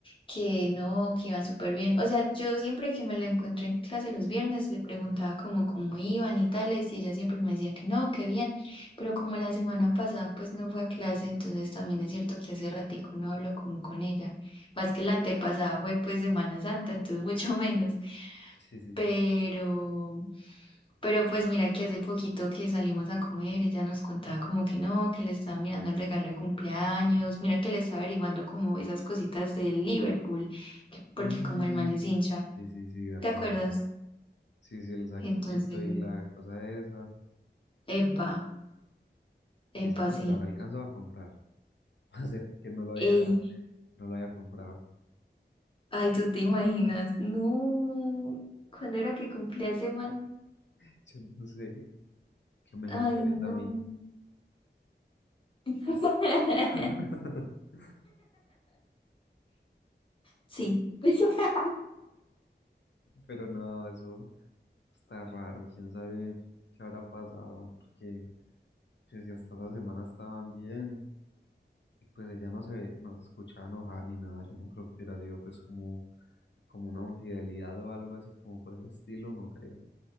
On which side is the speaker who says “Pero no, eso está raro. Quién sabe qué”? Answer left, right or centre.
Left